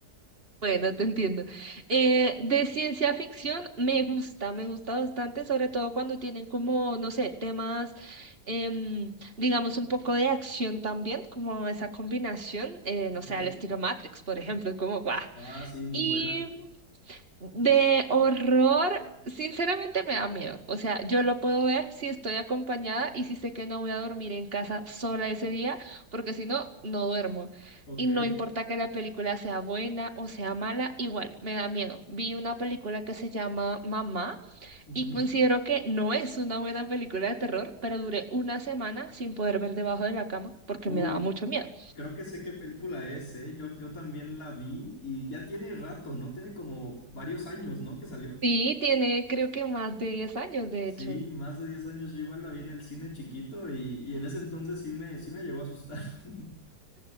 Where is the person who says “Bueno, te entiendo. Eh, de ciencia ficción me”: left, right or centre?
Right